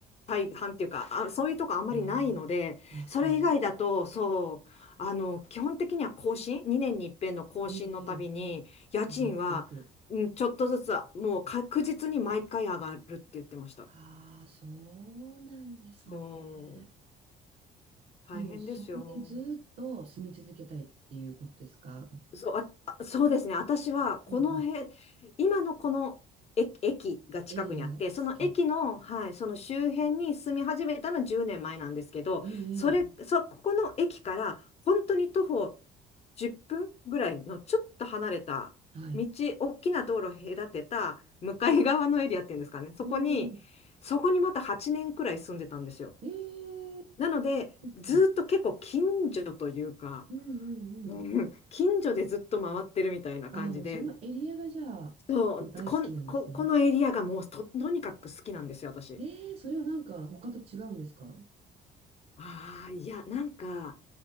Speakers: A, on the left; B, on the right.
A: 大半っていうか、あ、そういうとこあんまりないので、
B: ああ、あ、
A: それ以外だと、
B: そうなんだ。
A: そう、あの、基本的には更新、2年に一遍の更新のたびに、
B: ええ、え
A: 家賃は、
B: 上がっていく。
A: うん、ちょっとずつ、もう確実に毎回上がるって言ってました。
B: ああ、そうなんですね。
A: そう、大変ですよ。
B: でも、そこにずっと住み続けたいっていうことですか
A: そう、あ、あそうですね。私は、この辺、
B: うんうん。
A: 今のこの駅、駅が近くにあって、
B: エリアが好き。
A: その駅の、はい、その周辺に住み始めたのは10年前なんですけど、
B: ええ、
A: それ、
B: ええ
A: そ、ここの駅から、本当に徒歩10分ぐらいのちょっと離れた、
B: はい。
A: 道、大きな道路を隔てた、向かい側のエリアっていうんですかね。そこに、
B: おーおー、
A: そこにまた8年くらい住んでたんですよ。
B: ええ
A: なので、
B: うんうん、
A: ずーっと結構近所というか、
B: うんうんうん。
A: うん <laughs> 近所でずっと回ってるみたいな感じで、
B: ああ、もうそのエリアがじゃあ、
A: そう、
B: 大好きなんですね。
A: こん、こ、このエリアがもうと、とにかく好きなんですよ、私。
B: ええ、それはなんか他と違うんですか
A: ああ、いや、なんか、